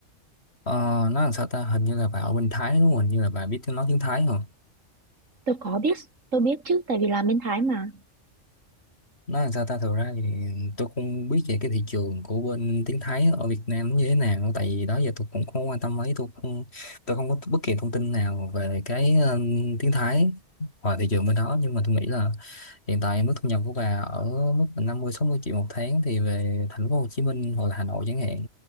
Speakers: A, on the left; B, on the right.
A: Ờ, nói làm sao ta hình như là bà ở bên Thái đúng không hình như là bà biết tiếng nói tiếng Thái hả
B: Tôi có biết, tôi biết chứ tại vì là bên Thái mà.
A: nói làm sao ta thực ra thì tôi không biết về cái thị trường của bên tiếng Thái ở Việt Nam nó như thế nào tại vì đó giờ tôi cũng không quan tâm mấy tôi không tôi không có bất kỳ thông tin nào về cái ờ, tiếng Thái và thị trường bên đó nhưng mà tôi nghĩ là hiện tại mức thu nhập của bà ở mức là năm mươi sáu mươi triệu một tháng thì về thành phố Hồ Chí Minh hoặc là Hà Nội chẳng hạn